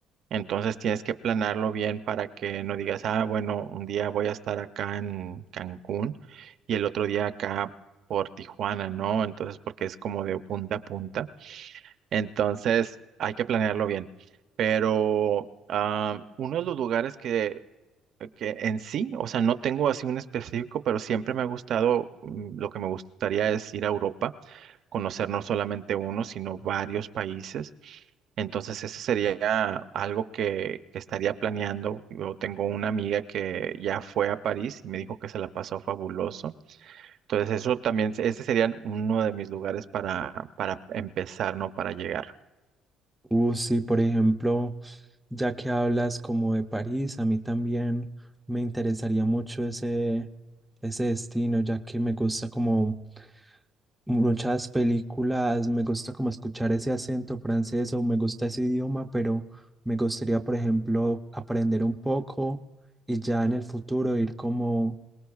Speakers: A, on the right (about 45°); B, in the centre.
A: Entonces tienes que planearlo bien para que no digas, ah, bueno, un día voy a estar acá en Cancún y el otro día acá por Tijuana, ¿no? Entonces, porque es como de punta a punta. Entonces, hay que planearlo bien. Pero ah, uno de los lugares que, que en sí, o sea, no tengo así un específico, pero siempre me ha gustado, mm, lo que me gustaría es ir a Europa conocer no solamente uno, sino varios países. Entonces, ese sería algo que, que estaría planeando. Yo tengo una amiga que ya fue a París y me dijo que se la pasó fabuloso. Entonces, eso también, ese sería uno de mis lugares para, para empezar, ¿no? Para llegar.
B: Uh, sí, por ejemplo. Ya que hablas como de París, a mí también me interesaría mucho ese, ese destino, ya que me gusta como muchas películas, me gusta como escuchar ese acento francés o me gusta ese idioma, pero me gustaría, por ejemplo, aprender un poco y ya en el futuro ir como